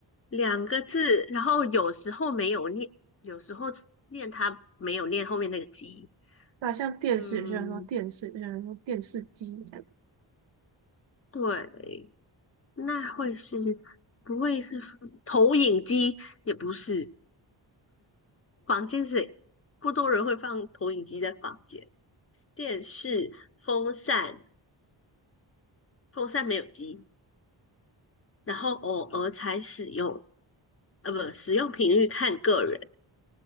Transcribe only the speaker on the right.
对吧？像电视，
有些人说电视，有些人说电视机这样。